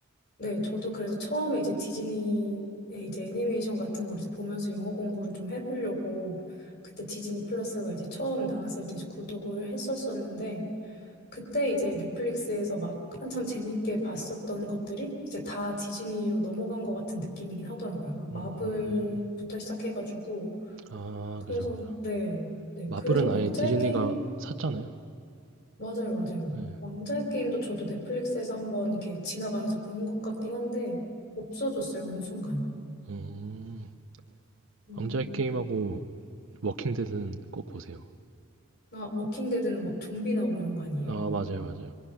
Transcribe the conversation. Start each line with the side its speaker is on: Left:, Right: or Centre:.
Left: 네, 저도 그래서 처음에 이제 디즈니의 이제 애니메이션 같은 걸 이제 보면서 영어 공부를 좀 해보려고 그때 디즈니 플러스가 이제 처음 나왔을 때 이제 구독을 했었었는데 그때 이제 넷플릭스에서 막 한참 재밌게 봤었던 것들이 이제 다 디즈니로 넘어간 것 같은 느낌이긴 하더라고요. 막 마블부터
Right: 음.
Left: 시작해가지고
Right: 아
Left: 그래서
Right: 그죠, 그죠.
Left: 네, 네,
Right: 마블은
Left: 그래서 왕자의
Right: 아예 디즈니가
Left: 게임
Right: 샀잖아요.
Left: 맞아요, 맞아요.
Right: 네.
Left: 왕자의 게임도 저도 넷플릭스에서 한번 이렇게 지나가면서 본 것 같긴 한데 없어졌어요, 어느 순간.
Right: 음.
Left: 음.
Right: 왕좌의 게임하고 워킹 데드는 꼭 보세요.
Left: 아, 워킹데드는 막 좀비 나오고 이런 거 아니에요?
Right: 아 맞아요, 맞아요.